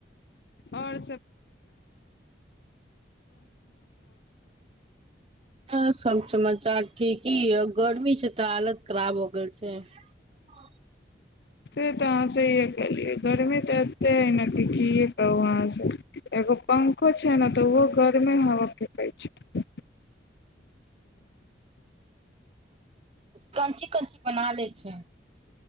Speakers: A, on the left (about 60°); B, on the right (about 30°).
A: आओर
B: ह सब समाचार ठीकी ह गर्मी स तऽ हालत खराब हो गेल छै ह
A: से तऽ अहाँ सहीय कलियै गर्मी तऽ एते है ने कि कए कहू अहाँ से पंखो छै ने तऽ ओहो गरमे हवा फैकयत छै
B: <inaudible> कञची कञची बना ले छै